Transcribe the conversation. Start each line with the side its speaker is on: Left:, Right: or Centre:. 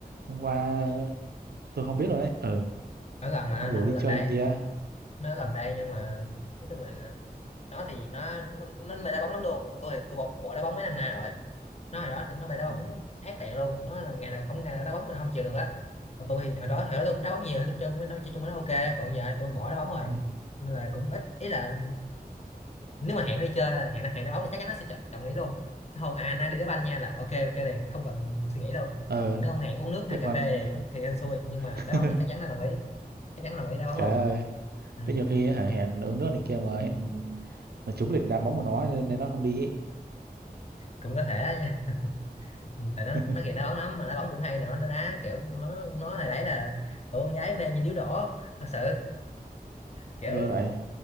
Right: hôm qua tôi không biết rồi đấy ừ
Left: ở gần mà
Right: không
Left: nó
Right: rủ
Left: ở
Right: đi
Left: gần
Right: chơi
Left: đây
Right: này kia
Left: nó ở gần đây nhưng mà nói chung là nó thì nó nó, nó mê đá bóng lắm luôn mà tôi thì tôi bỏ, bỏ đá bóng mấy năm nay rồi nó hồi đó tôi
Right: <laughs>
Left: nó mê đá
Right: ừ
Left: bóng ác đạn luôn nó là ngày nào không ngày nào đá bóng là không chịu được á còn tôi thì hồi đó hồi đó tôi cũng đá bóng nhiều nên tôi chơi cũng- nó chơi chung với nó ok còn giờ thì tôi bỏ đá bóng rồi
Right: Ừ.
Left: nên là cũng ít ý là nếu mà hẹn nó đi chơi hẹn nó hẹn nó bóng thì chắc chắn nó sẽ chọn đồng ý luôn cái hồi à nay đi đá banh nha là ok ok liền không cần suy nghĩ đâu
Right: Ờ,
Left: còn nếu ông hẹn uống nước hay
Right: chứ
Left: cà
Right: còn
Left: phê thì, có- thì hên xui nhưng mà
Right: <laughs>
Left: đá bóng là chắc chắn là đồng ý chắc chắn đồng ý đá bóng
Right: trời
Left: luôn
Right: ơi
Left: ừ.
Right: thế nhiều khi hả, hẹn uống nước này kia mà hẹn mà trúng lịch đá bóng của nó nên, nên nó không đi ấy.
Left: cũng có thể đó nha Ừ, tại nó
Right: <laughs>
Left: nó ghiền đá bóng lắm mà đá bóng cũng hay nữa nó đá kiểu nó nó hồi đấy là tụi con gái mê như điếu đổ thật sự kiểu
Right: ghê vậy